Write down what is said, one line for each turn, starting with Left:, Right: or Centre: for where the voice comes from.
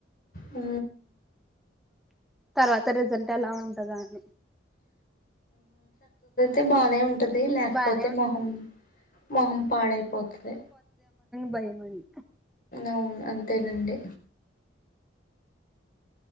Left: ఆ
Centre: తర్వాత రిజల్ట్ ఎలా ఉంటదా అని
Left: ే బానే ఉంటది లేకపోతే
Centre: బానే ఉం
Left: మొహం మొహం పాడైపోతది
Centre: భయంమండి
Left: అవును అంతేనండి